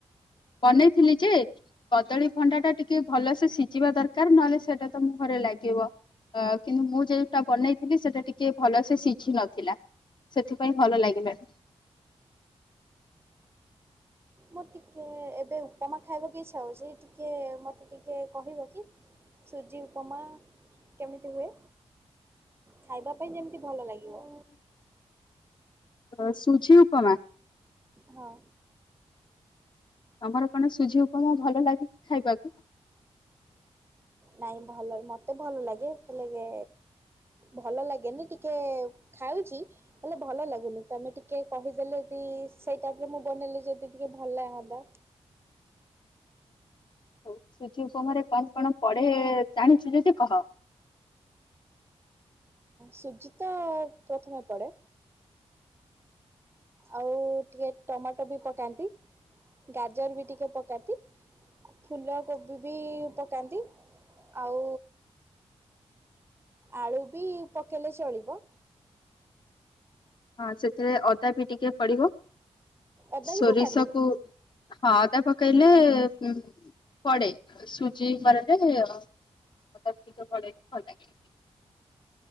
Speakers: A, on the left; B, on the right.
A: ବନେଇଥିଲି ଯେ କଦଳୀ ଭଣ୍ଡା ଟା ଟିକେ ଭଲସେ ସିଜିବା ଦରକାର ନହେଲେ ସେଟା ତ ମୁହଁ ରେ ଲାଗିବ ଆ କିନ୍ତୁ ମୁଁ ଯେଉଟା ବନେଇଥିଲି ସେଟା ଟିକେ ଭଲସେ ସିଝି ନଥିଲା ସେଥିପାଇଁ ଭଲ ଲାଗିଲାନି।
B: ମୁଁ ଟିକେ ଏବେ ଉପମା ଖାଇବାକୁ ଇଚ୍ଛା ହଉଚି ଟିକେ ମତେ ଟିକେ କହିବ କି ସୁଜି ଉପମା କେମିତି ହୁଏ। ଖାଇବା ପାଇଁ ଯେମତି ଭଲ ଲାଗିବ।
A: ଅ ସୁଜି ଉପମା
B: ହଁ।
A: ତମର କଣ ସୁଜି ଉପମା ଭଲ ଲାଗେ କିି ଖାଇବାକୁ?
B: ନାଇଁ ଭଲ ମତେ ଭଲ ଲାଗେ ହେଲେ ଏ ଭଲ ଲାଗେନି ଟିକେ ଖାଉଚି ହେଲେ ଭଲ ଲାଗୁନି ତମେ ଟିକେ କହିଦେଲେ ଟି ସେଇ ଟାଇପରେ ମୁଁ ବନେଇଲି ଯଦି ଟିକେ ଭଲଲାଗନ୍ତା।
A: ହଉ ସୁଜି ଉପମାରେ କଣ କଣ ପଢେ ଜାଣିଚୁ ଯଦି କହ?
B: ସୁଜି ତ ପ୍ରଥମେ ପଡେ। ଆଉ ଟିକେ ଟମାଟୋ ବି ପକାନ୍ତି ଗାଜର ବି ଟିକେ ପକାନ୍ତି ଫୁଲକୋବି ବି ପକାନ୍ତି ଆଉ ଆଳୁ ବି ପକେଇଲେ ଚଳିବ।
A: ହଁ ସେଥିରେ ଅଦା ବି ଟିକେ ପଡିବ।
B: ଅଦା
A: ସୋରିଷକୁ
B: ବି ପକାନ୍ତି?
A: ହଁ ଅଦା ପକେଇଲେ ହୁଁ। ପଡେ ସୁଜି ଉପମାରେ ଅଦା ଟିକେ ପଡ଼ିଲେ ଭଲଲାଗେ।